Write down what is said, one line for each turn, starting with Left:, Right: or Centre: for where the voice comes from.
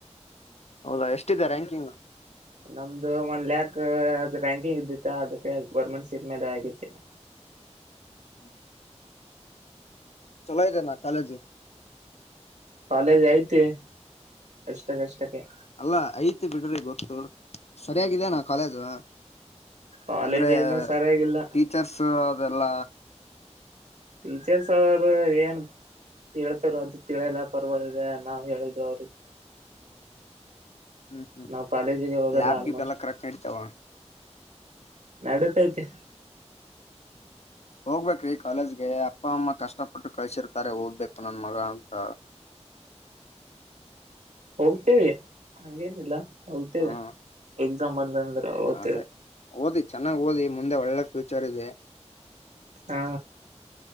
Left: ಹೌದಾ ಎಷ್ಟಿದೆ ರಾಂಕಿಂಗ್.
Right: ನಮ್ದು ಒಂದ್ ಲ್ಯಾಕ್ ಅ ರಾಂಕಿಂಗ್ ಇದ್ದಿತ್ತ ಅದಕ್ಕೆ ಗೌರ್ಮೆಂಟ್ ಸೀಟ್ ಮೇಲೆ ಆಗೈತಿ.
Left: ಹ್ಮ ಚಲೊ ಇದೆನಾ ಕಾಲೇಜು.
Right: ಕಾಲೇಜ್ ಐತಿ ಅಷ್ಟ ಕಷ್ಟಕ್ಕೆ.
Left: ಅಲ್ಲಾ ಐತೆ ಬಿಡ್ರಿ ಗೊತ್ತು ಸರಿಯಾಗಿದಾನ ಕಾಲೇಜು.
Right: ಕಾಲೇಜ್
Left: ಅಂದ್ರೆ
Right: ಏನ ಸರಿಯಾಗಿಲ್ಲ
Left: ಟೀಚರ್ಸ್ ಅದೆಲ್ಲ.
Right: ಟೀಚರ್ಸ್ ಅವರು ಏನು. ಹೇಳ್ತಾರ ಅದ ತಿಳಿಯಲ್ಲ ಪರ್ವಾಗಿದೆ ನಾವು ಹೇಳುದು ಅವ್ರಿಗೆ
Left: ಹ್ಮ್ ಹ್ಮ್
Right: ನಾವು ಕಾಲೇಜಿಗೆ ಹೋಗಲ್ಲ
Left: ಲ್ಯಾಬ್
Right: ಆಲ್ಮೋಸ್ಟ್.
Left: ಗಿಬ್ ಎಲ್ಲ ಕರೆಕ್ಟ್ ನಡಿತಾವ
Right: ನಡೆತೈತಿ.
Left: ಹೋಗ್ಬೇಕ್ರೀ ಕಾಲೇಜ್ಗೆ ಅಪ್ಪ ಅಮ್ಮ ಕಷ್ಟಪಟ್ಟು ಕಳ್ಸಿರ <unintelligible> ತಾರೆ ಓದಬೇಕು ನನ್ ಮಗ ಅಂತ.
Right: ಹೋಗ್ತೇವೆ ಹಂಗೇನಿಲ್ಲ. ಹೋಗ್ತೇವೆ
Left: ಹಾ
Right: ಎಕ್ಸಾಮ್ ಬಂದಂದ್ರೆ ಹೋಗ್ತೇವೆ.
Left: ಅದೇ ಓದಿ ಚೆನ್ನಾಗ್ ಓದಿ ಮುಂದೆ ಒಳ್ಳೆ ಫ್ಯೂಚರ್ ಇದೆ.
Right: ಹಾ